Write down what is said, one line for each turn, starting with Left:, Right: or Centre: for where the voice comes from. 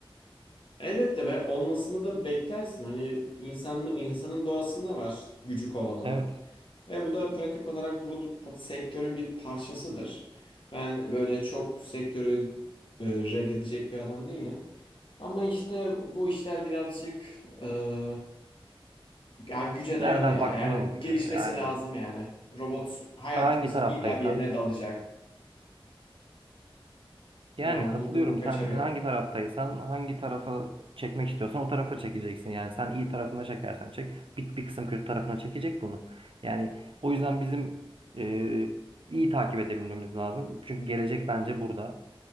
Left: Elbette ve olmasını da beklersin. Hani insan, insanın doğasında var gücü kovalamak.
Right: Evet.
Left: Ve bu da pratik olarak bu sektörün bir parçasıdır. Ben böyle çok sektörü e, reddedecek bir adam değilim. Ama işte bu işler birazcık e, ya güce
Right: Nereden
Left: dayalı ya.
Right: baktığına
Left: Yani
Right: bakıyor.
Left: gelişmesi
Right: E, Aynen.
Left: lazım yani. Robot hayatımızın
Right: Hangi taraftaysan
Left: illa bir yerine dalacak.
Right: Yani
Left: Yani
Right: katılıyorum.
Left: bunun, bunun kaçarı
Right: Sen hangi
Left: yok.
Right: taraftaysan, hangi tarafa çekmek istiyorsan o tarafa çekeceksin. Yani sen iyi tarafına çekersen çek, bir, bir kısım kötü tarafına çekecek bunu. Yani o yüzden bizim e, iyi takip edebilmemiz lazım. Çünkü gelecek bence burada.